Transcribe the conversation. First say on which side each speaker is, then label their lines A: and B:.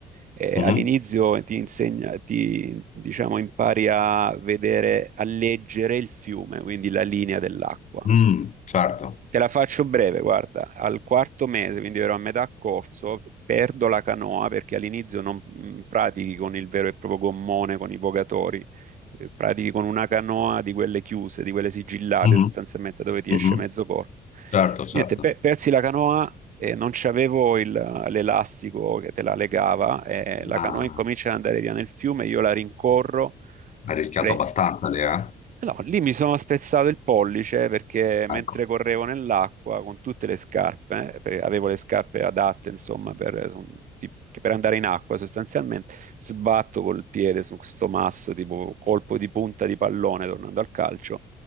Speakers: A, on the right; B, on the left.
A: eh,
B: mhm.
A: all'inizio ti insegna, ti, diciamo, impari a vedere, a leggere il fiume, quindi la linea dell'acqua.
B: Mm, certo.
A: Te la faccio breve, guarda, al quarto mese, quindi ero a metà corso, perdo la canoa perché all'inizio non mh, pratichi con il vero e proprio gommone, con i vogatori, eh, pratichi con una canoa di quelle chiuse, di quelle sigillate
B: Mhm,
A: sostanzialmente dove ti
B: mhm.
A: esce mezzo corpo.
B: Certo, certo.
A: Niente, pe- persi la canoa e non c'avevo il- l'elastico che te la legava e la
B: Ah,
A: canoa incomincia ad andare via nel fiume, io la rincorro.
B: hai rischiato
A: Re-
B: abbastanza lì, eh?
A: No, lì mi sono spezzato il pollice perché mentre
B: Ecco,
A: correvo nell'acqua con tutte le scarpe, eh, perché avevo le scarpe adatte, insomma, per, ti- che per andare in acqua sostanzialmente, sbatto col piede su sto masso, tipo colpo di punta di pallone tornando al calcio,